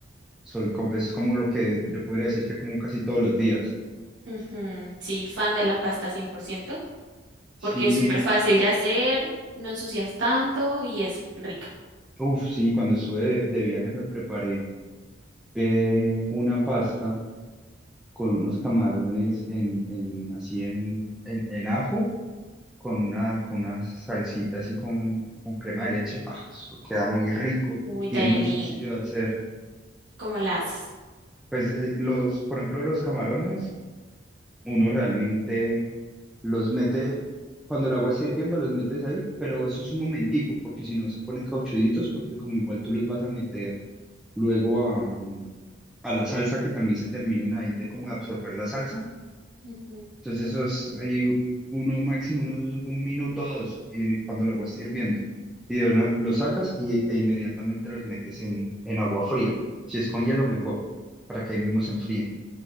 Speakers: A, in the centre; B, on the right.
A: Soy, co- es como lo que yo podría decir que como casi todos los días.
B: Ujú, Sí, fan de la pasta cien por ciento
A: Sí,
B: porque es súper fácil de hacer, no ensucias tanto y es rica.
A: uff, sí, cuando estuve de, de viaje me preparé eh, una pasta con unos camarones en, en, así en, en, en ajo con una, con unas salsitas y con, con crema de leche, ah, eso queda muy rico
B: Uy, Deli,
A: y es muy sencillo de hacer.
B: ¿cómo la haces?
A: Pues eh, los, por ejemplo, los camarones, uno realmente los mete, cuando el agua está hirviendo, los metes ahí, pero eso es un momentico, porque si no se ponen cauchuditos, porque como igual tú los vas a meter luego a, mm, a la salsa, que también se terminen ahí de como de absorber la salsa.
B: Ujú,
A: Entonces eso es ahí u- uno máximo unos- un minuto o dos y cuando el agua esté hirviendo. Y de verdad lo sacas y, e e inmediatamente los metes en, en agua fría. Si es con hielo, mejor, para que ahí mismo se enfríen,